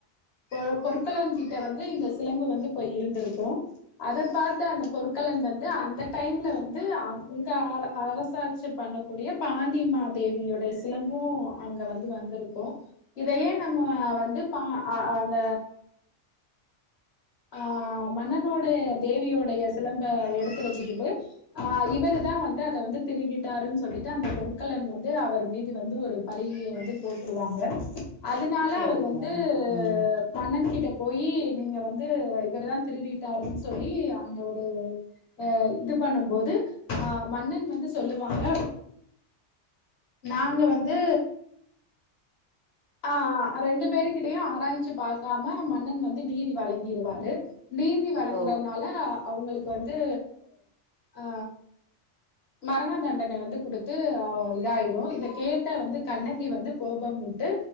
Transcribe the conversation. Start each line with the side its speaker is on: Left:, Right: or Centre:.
Left: ப பொற்கொலன் கிட்ட வந்து இந்த சிலம்பு வந்து போய் இருந்திருக்கு அத பார்த்த அந்த பொற்கலன் வந்து அந்த டைம்ல வந்து அ அங்க அ அரசாட்சி பண்ணக்கூடிய பாண்டி மா தேவியோடைய சிலம்பு அங்க வந்து வந்துருக்கு இதயே நம்ம வந்து பா அ அந்த ஆ மன்னனோட தேவியோடைய சிலம்ப எடுத்து வெச்சுகிட்டு ஆ இவரு தா வந்து அத வந்து திருடிட்டாருன் சொல்லிட்டு அந்த பொற்கல்லன் வந்து அவர் மீது வந்து ஒரு பழிய வந்து போட்ருவாங்க அதுனால
Right: சேரிங்க
Left: அவர் வந்து
Right: மேடம் ம்
Left: மன்னன் கிட்ட போயி நீங்க வந் து இவர்தா திருடிட்டாருன் சொல்லி அங்க ஒரு அ இது பண்ணும்போது ஆ மன்னன் வந்து சொல்லுவாங்க நாங்க வந்து ஆ அ ரெண்டு பேரு கிட்டயு ஆராய்ஞ்சு பாக்காம மன்னன் வந்து நீதி வழங்கிருவாரு நீதி வழங்குறனால
Right: ஓ
Left: அவுங்களுக்கு வந்து ஆ மரண தண்டனை வந்து குடுத்து ஆ இதாயிரு இதக் கேட்ட வந்து கண்ணகி வந்து கோபமுட்டு